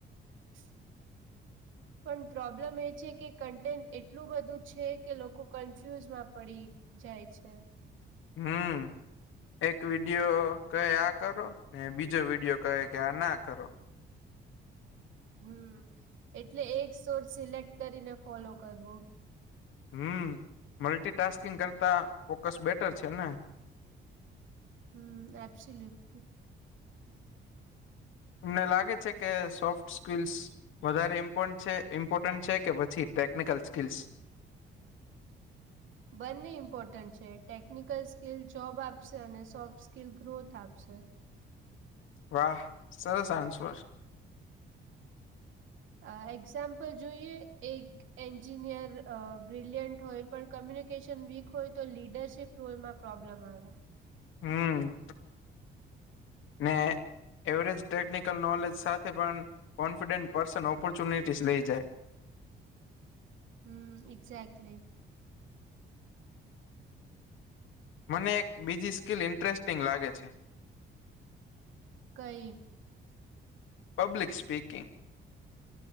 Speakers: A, on the right; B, on the left.
A: <inaudible>
B: <inaudible>
A: પણ પ્રોબ્લેમ એ છે કે કન્ટેન્ટ એટલું બધું છે, કે લોકો કન્ફ્યુઝમાં પડી જાય છે.
B: હમ્મ એક વિડિયો કહે આ કરો ને બીજો વિડિયો કહે કે આ ના કરો
A: હમ એટલે એક સોર સિલેક્ટ કરીને ફોલો કરવુ
B: હમ મલ્ટીટાસ્કિંગ કરતા ફોકસ બેટર છેને.
A: હમ એપસી લિટ
B: અમને લાગે છે, કે સોફ્ટ સ્કલ્સ વધારે મ્પ ઇમ્પોર્ટન્ટ છે, કે પછી ટેકનિકલ સ્કીલ્સ
A: બંને ઇમ્પોર્ટન્ટ છે, ટેકનિકલ સ્કીિલ જોબ આપશે અને સોફ્ટવે સ્કીિલ ગ્રોથ આપશે
B: વાહ સર સર સાન્સવ
A: હમ્મ અ એક્ઝામ્પલ જોઈએ, એક એન્જિનિયર બ્રિલિયન્ટ હોય, પણ કોમ્યુનિકેશન વીક હોય તો લીડરશીપ. ટોલ માં પ્રોબ્લેમ આવે
B: હમ્મ ને એવરેજ ટેકનિકલ નોલેજ સાથે પણ કોન્ફિડન્ટ પર્સન ઓપોર્ચ્યુનિટીસ લઇ જાય.
A: હમ એક્ઝાક્ટલી
B: મને એક બીજી સ્કીિલ ઇન્ટરેસ્ટિંગ લાગે છે.
A: કઈ
B: પબ્લિક સ્પીકિંગ